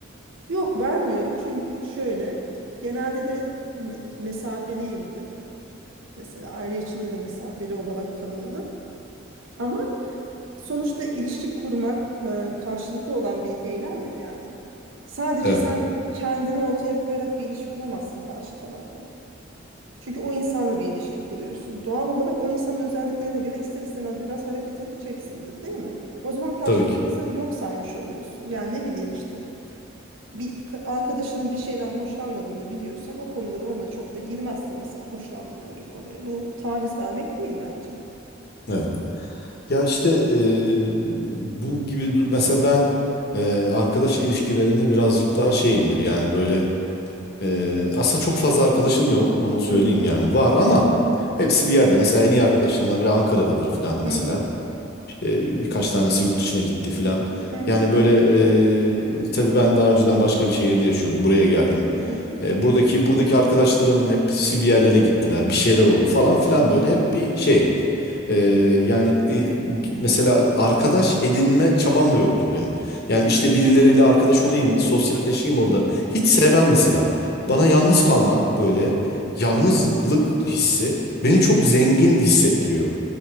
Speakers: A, on the right (about 85°); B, on the left (about 55°).
A: Yok vermiyorum çünkü şöyle. Genelde de me- mesafeliyimdir. Mesela aile içinde de mesafeli olarak tanınırım. Ama sonuçta ilişki kurmak e, karşılıklı olan bir eylem ya yani. Sadece
B: Evet,
A: sen kendini ortaya koyarak bir ilişki kuramazsın karşı tarafla. Çünkü o insanla bir ilişki kuruyorsun. Doğal olarak o insanın özelliklerine göre ister istemez biraz hareket edeceksindir, değil mi? O zaman karşındaki
B: tabii ki.
A: insanı yok saymış oluyorsun. Yani ne bileyim işte bir ka- arkadaşının bir şeyden hoşlanmadığını biliyorsan o konuda da onunla çok da girmezsin mesela hoşlanmadığı bir konuya. Bu taviz vermek değil bence.
B: Evet. Ya işte eee, bu gibi du- mesela ben eee, arkadaş ilişkilerinde birazcık daha şeyimdir yani böyle eee aslında çok fazla arkadaşım yok onu söyleyeyim
A: Hı hı,
B: yani var ama hepsi bir yerde mesela en iyi arkadaşlarımdan biri Ankara'dadır filan mesela
A: hı hı,
B: İşte birkaç tanesi yurt dışına gitti filan
A: hı hı,
B: yani böyle eee tabii ben daha önceden başka bir şehirde yaşıyordum buraya geldim
A: hı hı,
B: Eee, buradaki buradaki arkadaşlarım hepsi bir yerlere gittiler bir şeyler oldu falan filan böyle hep bir şey. Ee, yani e, mesela arkadaş edinme çabam da yoktur benim. Yani işte birileriyle arkadaş olayım,
A: hı hı.
B: bir sosyalleşeyim orada. Hiç sevmem mesela. Bana yalnız kalmak böyle yalnızlık hissi beni çok zengin hissettiriyor.